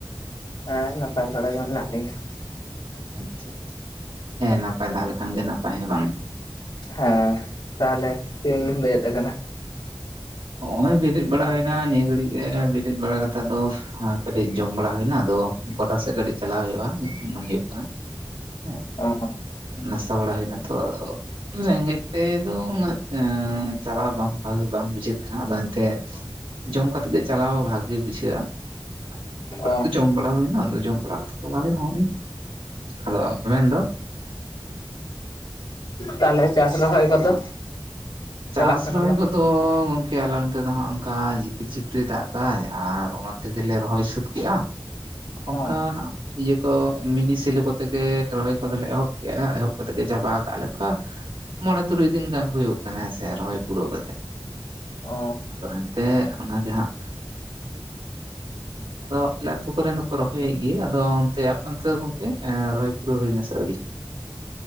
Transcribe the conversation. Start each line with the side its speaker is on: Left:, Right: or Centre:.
Left: ᱮᱸ ᱱᱟᱯᱟᱭ ᱵᱟᱲᱟ ᱜᱮ ᱢᱮᱱᱟᱜ ᱞᱤᱧᱟᱹ᱾
Right: ᱟᱪᱪᱷᱟ ᱟᱪᱪᱷᱟ ᱦᱮᱸ ᱱᱟᱯᱟᱭ ᱛᱟᱸᱦᱮ ᱞᱮᱠᱷᱟᱱ ᱜᱮ ᱱᱟᱯᱟᱭ ᱦᱮᱸ ᱵᱟᱝ᱾
Left: ᱦᱮᱸ ᱛᱟᱦᱚᱞᱮ ᱪᱮᱫ ᱵᱤᱱ ᱞᱟᱹᱭᱮᱫ ᱠᱟᱱᱟ?
Right: ᱦᱚᱸᱜᱼᱚᱭ ᱵᱮᱨᱮᱫ ᱵᱟᱲᱟ ᱦᱩᱭᱱᱟ ᱱᱤᱭᱟᱹ ᱜᱷᱟᱹᱲᱤᱡ ᱜᱮ ᱵᱮᱨᱮᱫ ᱵᱟᱲᱟ ᱠᱟᱛᱮ ᱟᱫᱚ ᱠᱟᱹᱴᱤᱡ ᱡᱚᱢ ᱵᱟᱲᱟ ᱦᱩᱭᱱᱟ ᱟᱫᱚ ᱜᱚᱰᱟ ᱥᱮᱫ ᱠᱟᱹᱴᱤᱡ ᱪᱟᱞᱟᱣ ᱦᱩᱭᱩᱜᱼᱟ ᱢᱮᱱ ᱦᱩᱭᱩᱜ ᱠᱟᱱᱟ᱾ ᱦᱮᱸᱜ
Left: ᱚ
Right: ᱱᱟᱥ ᱵᱟᱲᱟ ᱦᱩᱭᱱᱟ ᱛᱚ ᱟᱫᱚ, ᱨᱮᱸᱜᱮᱡ ᱛᱮᱫᱚ ᱩᱱᱟᱹᱜ ᱪᱟᱞᱟᱣ ᱵᱟᱝ ᱵᱷᱟᱜᱤ ᱵᱟᱝ ᱵᱩᱡᱷᱟᱹᱜ ᱠᱟᱱᱟ ᱟᱫᱚ ᱮᱱᱛᱮ ᱡᱚᱢ ᱠᱟᱛᱮ ᱜᱮ ᱪᱟᱞᱟᱣ ᱵᱷᱟᱜᱮ ᱵᱩᱡᱷᱟᱹᱜᱼᱟ᱾
Left: ᱚ
Right: ᱡᱚᱢ ᱵᱟᱲᱟ ᱦᱩᱭᱱᱟ ᱟᱫᱚ ᱡᱚᱢ ᱵᱟᱲᱟ ᱠᱟᱛᱮ ᱪᱟᱞᱟ ᱦᱩᱭᱩ ᱱᱚᱜᱼᱚᱭ ᱟᱫᱚ ᱢᱮᱱᱫᱚ
Left: ᱛᱟᱦᱚᱞᱮ ᱪᱟᱥ ᱨᱚᱦᱚᱭ ᱠᱚᱫᱚ? ᱪᱟᱞᱟᱜ
Right: ᱪᱟᱥ
Left: ᱠᱟᱱᱟ
Right: ᱨᱚᱦᱚᱭ
Left: ᱵᱟᱝ?
Right: ᱠᱚᱫᱚ ᱜᱚᱝᱠᱮ ᱟᱞᱮ ᱱᱚᱱᱚᱛᱮ ᱫᱚ ᱦᱟᱜ ᱚᱱᱠᱟ ᱡᱷᱤᱯᱤᱨ ᱡᱷᱤᱯᱤ ᱨᱤ ᱫᱟᱜ ᱫᱟᱭ ᱟᱨ ᱚᱱᱟ ᱛᱮᱜᱮ ᱞᱮ ᱨᱚᱦᱚᱭ ᱥᱟᱹᱛ ᱠᱮᱜᱼᱟ ᱚᱝᱠᱟ
Left: ᱚ
Right: ᱤᱭᱟᱹ ᱠᱚ ᱢᱤᱱᱤ ᱥᱮᱞᱳ ᱠᱚᱛᱮ ᱜᱮ ᱨᱚᱦᱚᱭ ᱠᱚᱫᱚ ᱞᱮ ᱮᱦᱚᱵ ᱠᱮᱜᱼᱟ ᱮᱦᱚᱵ ᱠᱟᱛᱮ ᱜᱮ ᱪᱟᱵᱟ ᱠᱟᱜᱼᱟ ᱞᱮᱠᱟ᱾ ᱢᱚᱬᱮ ᱛᱩᱨᱩᱭ ᱫᱤᱱ ᱜᱟᱱ ᱦᱩᱭᱩᱜ ᱠᱟᱱᱟ ᱦᱮᱸᱥᱮ ᱨᱚᱦᱚᱭ ᱯᱩᱨᱟᱹᱣ ᱠᱟᱛᱮᱜ,
Left: ᱚ
Right: ᱟᱫᱚ ᱮᱱᱛᱮᱜ ᱚᱱᱟ ᱡᱟᱦᱟᱸ
Left: ᱦᱮᱸ
Right: ᱟᱫᱚ ᱟᱞᱮ ᱟᱛᱩ ᱠᱚᱨᱮᱱ ᱫᱚ ᱠᱚ ᱨᱚᱦᱚᱭᱮᱫ ᱜᱤᱭᱟᱹ ᱟᱫᱚ ᱚᱱᱛᱮ ᱟᱯᱮ ᱚᱱᱛᱮ ᱫᱚ ᱜᱚᱝᱠᱮ ᱨᱚᱦᱚᱭ ᱯᱩᱨᱟᱹᱣ ᱦᱩᱭ ᱱᱟ ᱥᱮ ᱟᱣᱨᱤ?